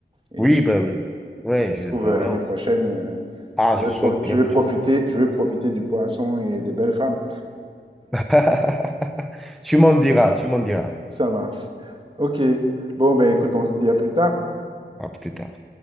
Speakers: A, on the right; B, in the centre.
A: Et
B: Oui, ben, ben, ouais,
A: puis, ça se
B: je,
A: trouve,
B: voilà.
A: euh, l'année prochaine, euh,
B: Ah,
A: je vais
B: je souhaite
A: pro-
B: bien
A: je vais
B: que
A: profiter,
B: tu le fasses.
A: je vais profiter du poisson et des belles femmes.
B: <laughs> Tu m'en diras, tu m'en diras.
A: Ça marche. OK. Bon, ben écoute, on se dit à plus tard.
B: À plus tard.